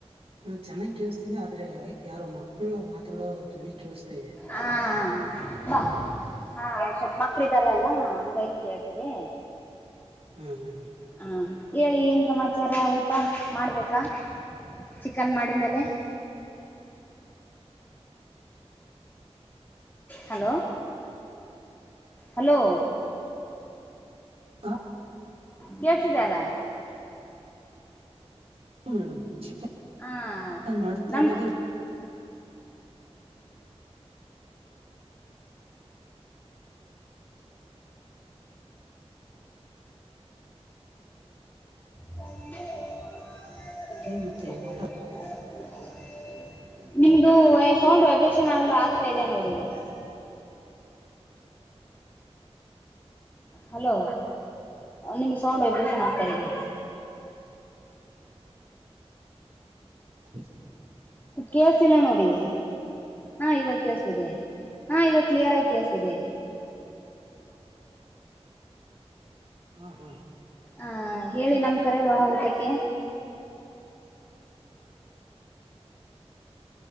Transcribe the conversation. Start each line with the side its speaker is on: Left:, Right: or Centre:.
Right: ನ ಚೆನ್ನಾಗಿ ಕೇಳಿಸ್ತಿದೆ ಆದ್ರೆ ಯಾರೋ ಮಕ್ಕಳು ಮಾತಾಡೋ ಧ್ವನಿ ಕೇಳಿಸ್ತಾ ಇದೆ.
Left: ಹ ಹಾ ಸ್ವಲ್ಪ ಮಕ್ಳ ಇದಾರೆ ಅಲ್ಲಾ ಹಂಗಾಗಿ ಕೇಳ್ತೀದೆ.
Right: ಹಾ ಹ
Left: ಹಾಂ ಹೇಳಿ ಏನ ಸಮಾಚಾರ ಊಟ ಮಾಡಬೇಕಾ ಚಿಕನ್ ಮಾಡಿದ ಮೇಲೆ. ಹಲೋ ಹಲೋ
Right: ಹ್ಞೂ
Left: ಕೇಳಿಸ್ತಿದೆ ಅಲ್ಲ.
Right: ಹೌದ ರೀ ಅಣಮ್ ಚಿಕನ್
Left: ಹಾ
Right: ಮಾಡ್ತಾ
Left: ನಮ್ಮ
Right: ಇರೋದೇ
Left: ಹ <unintelligible>
Right: ಊಟಕ್ಕೆ ಮತ್ತೆ ಊಟ
Left: ನಿಮ್ದು ವಯ್ ಸೌಂಡ್ ವೈಬ್ರೇಷನ್ ಎಲ್ಲ ಆಗ್ತಾ ಇದೆ ನೋಡಿ ಹ <inaudible> ಹಲೋ ನಿಮ್ಮ ಸೌಂಡ್ ವೈಬ್ರೇಷನ್ ಆಗ್ತಾ ಇದೆ.
Right: ಹ <inaudible>
Left: ಕೇಳುಸ್ತಿಲ್ಲ ನೋಡಿ ಹಾ ಇವಾಗ ಕೇಳ್ಸ್ತಿದೆ ಹಾ ಇವಾಗ ಕ್ಲಿಯರ್ ಆಗಿ ಕೇಳಿಸ್ತಿದೆ.
Right: ಹಾ ಹಾ
Left: ಹ ಹೇಳಿ ನಮ್ ಕರಲ್ವಾ ಊಟಕ್ಕೆ